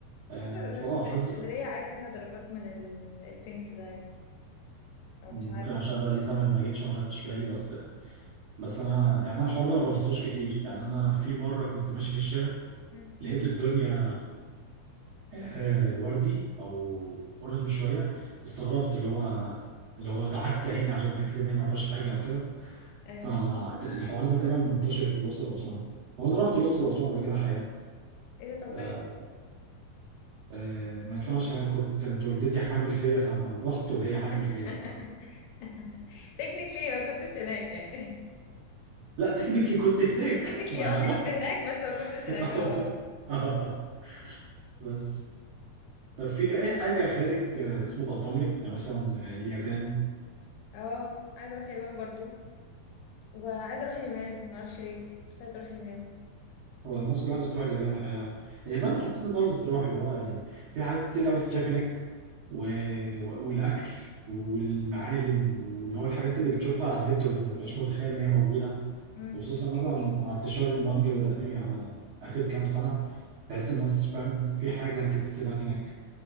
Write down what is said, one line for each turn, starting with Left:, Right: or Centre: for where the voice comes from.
Right: آه،
Left: حاسه
Right: فاه
Left: إذا اسكند-
Right: حظ
Left: اسكندريه عادي فيها درجات من ال- البينك ده عادي او
Right: ممكن
Left: مش عارف
Right: عشان بقى لي زمن ما جيتش وما خدتش بالي بس بس انا يعني انا الحوار ده ما بلاحظوش كتير يعني انا في مره كنت ماشي في الشارع
Left: مم.
Right: لقيت الدنيا آه، وردي او اورنج شويه استغربت اللي هو اللي هو دعكت عيني عشان اتاكد ان هي ما فيهاش حاجه او كده
Left: ايوه
Right: فالحوار ده تقريبا منتشر في الاقصر واسوان هو انا رحت الاقصر واسوان قبل كده حقيقه
Left: ايه ده طب
Right: آه،
Left: احكي
Right: آه، ما ينفعش هي كنت كانت والدتي حامل فيا فانا رحت وهي حامل
Left: <laughs>
Right: فيا ف
Left: تكنيكلي ما كنتش هناك يعني
Right: لا تكنيكلي كنت هناك
Left: <laughs> تكنيكلي
Right: وانا
Left: قصدي
Right: رحت
Left: كنت هناك بس ما كنتش
Right: <laughs>
Left: هناك
Right: آه،
Left: اه اه
Right: آه. بس طب في اي حاجه خارج آه، اسمه ده ايطاليا يعني مثلا آه، اليابان
Left: اه آه. عايزه اروح اليابان برضو وعايزه اروح اليونان ما اعرفش ليه بس عايزه اروح اليونان
Right: هو الناس كلها عايزه تروح اليابان الحقيقه اليابان حسيت دوله تروح اللي هو يعني في حاجات كتير قوي تتشاف هناك و... و... والاكل والمعالم واللي هو الحاجات اللي بتشوفها على النت ما بتبقاش متخيل ان هي موجوده
Left: امم
Right: وخصوصا مثلا مع انتشار المانجا والانمي على اخر كام سنه تحس الناس فاهم في حاجه تجذبك هناك